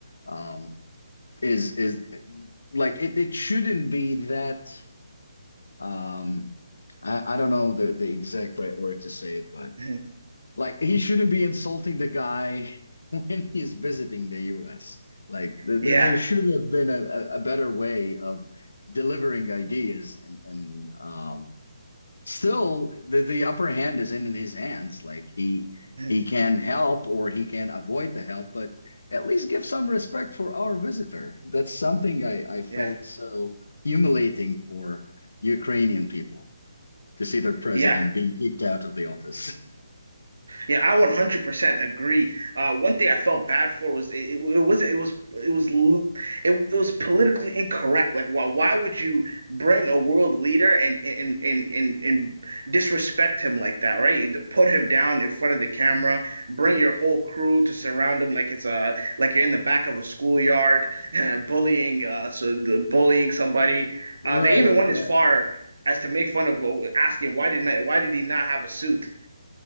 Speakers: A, on the left; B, on the right.
A: um, is is like it, it shouldn't be that. Um, I, I don't know the, the exact right word to say it, but
B: mhm.
A: like he shouldn't be insulting the guy <laughs> when he's visiting the US. Like there,
B: yeah,
A: there there should have been a, a a better way of delivering ideas and, and um still the, the upper hand is in his hands. Like he
B: mhm,
A: he can help or he can avoid the help, but at least give some respect for our visitor. That's something I, I felt
B: yeah,
A: so humiliating for Ukrainian people to see their president
B: yeah.
A: being kicked out of the office.
B: Yeah, I 100% agree. Uh, one thing I felt bad for was it, it, it was it was it was it, it was politically incorrect. Like, why why would you bring a world leader and and and and, and disrespect him like that, right? Put him down in front of the camera, bring your whole crew to surround him like it's a like you're in the back of a schoolyard, <laughs> bullying uh so the bullying somebody.
A: Right,
B: Uh, they even went
A: right,
B: as far as to make fun of uh, asking why didn't I, why did he not have a suit?